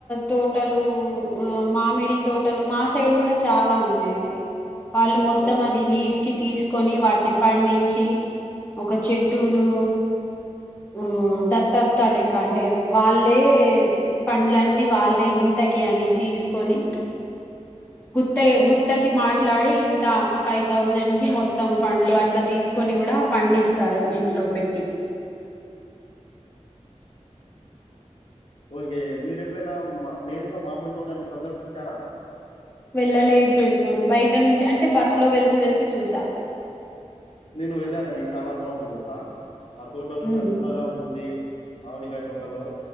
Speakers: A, on the left; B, on the left.
A: తోటలు ఆ మామిడి తోటలు మా సైడ్ కూడా చాలా ఉన్నాయండి. వాళ్ళు మొత్తం
B: ఓ
A: అది లీస్ కి తీసుకొని వాటిని పండించి. ఒక చెట్టును ఉహ్ దత్తత్ లేక్క అంటే వాళ్ళే పండ్లన్నీ వాళ్ళే ఇంతకి అని తీసుకొని గుత్తగే గు తకి మాట్లాడి. ఇంత ఫైవ్ థౌజండ్ కి మొత్తం పండ్లు అట్లా తీసుకొని కూడా పండిస్తారు. ఇంట్లో పెట్టి
B: ఓకే మీరు ఎప్పుడైనా మా నేరుగా మామిడి తోటన్ని సందర్శించారా.
A: వెళ్ళలేదు ఎప్పుడు. బయట నుంచి అంటే బస్ లో వెళ్తూ వెళ్తూ చూసా.
B: నేను వెళ్ళానండి. చాలా బావుంటది దెల్స ఆ తోటలు
A: ఉమ్
B: చల్లగా ఉంటుంది. మావిడికాయ్ తోటలో.